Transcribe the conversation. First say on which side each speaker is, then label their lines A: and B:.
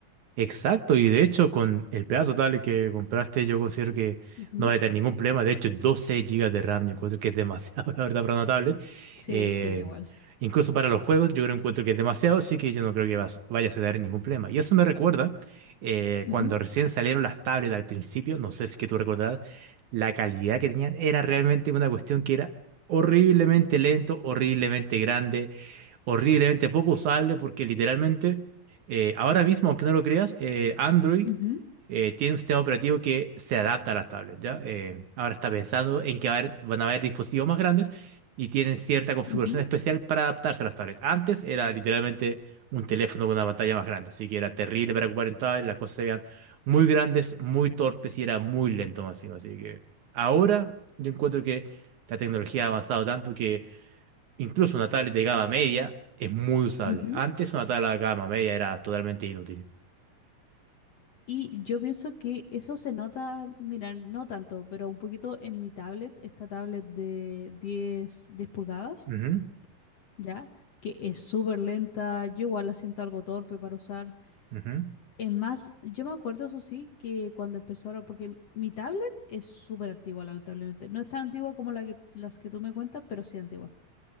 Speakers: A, on the right (about 65°); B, on the left (about 60°).
A: Exacto, y de hecho con el pedazo tablet que compraste yo considero que
B: Ujú.
A: no va a tener ningún problema, de hecho 12 gigas de RAM yo encuentro que es demasiado, <laughs> la verdad, para una tablet.
B: Sí,
A: Eh,
B: sí, yo igual.
A: incluso para los juegos yo creo encuentro que es demasiado, así que yo no creo que vas- vayas a tener ningún problema. Y eso me recuerda eh,
B: Ujú,
A: cuando recién salieron las tablets al principio, no sé si es que tú recordarás, la calidad que tenían era realmente una cuestión que era horriblemente lento, horriblemente grande, horriblemente poco usable porque literalmente... Eh, ahora mismo, aunque no lo creas, eh, Android
B: ujú,
A: eh, tiene un sistema operativo que se adapta a las tablets, ¿ya? Eh, ahora está pensando en que va a haber- van a haber dispositivos más grandes y tienen cierta configuración
B: ujú,
A: especial para adaptarse a las tablets. Antes era literalmente un teléfono con una pantalla más grande, así que era terrible para ocupar en tablet, las cosas se veían muy grandes, muy torpes y era muy lento más encima. Así que ahora yo encuentro que la tecnología ha avanzado tanto que Incluso una tablet de gama media es muy usable.
B: ujú,
A: Antes una tablet de gama media era totalmente inútil.
B: Y yo pienso que eso se nota, mira, no tanto, pero un poquito en mi tablet, esta tablet de 10 10 pulgadas,
A: Ujú,
B: ¿ya? Que es súper lenta, yo igual la siento algo torpe para usar.
A: ujú,
B: Es más, yo me acuerdo, eso sí, que cuando empezaron, porque mi tablet es súper antigua, lamentablemente. No es tan antigua como la que- las que tú me cuentas, pero sí antigua.